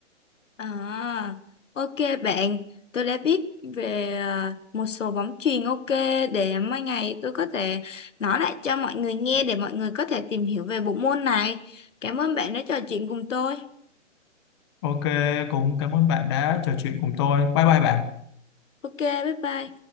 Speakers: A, on the left; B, on the left.
A: à ok bạn tôi đã biết về à, một số bóng chuyền ok để mai ngày tôi có thể nói lại cho mọi người nghe để mọi người có thể tìm hiểu về bộ môn này cảm ơn bạn đã trò chuyện cùng tôi
B: ok cũng cảm ơn bạn đã trò chuyện cùng tôi bye bye bạn
A: ok bye bye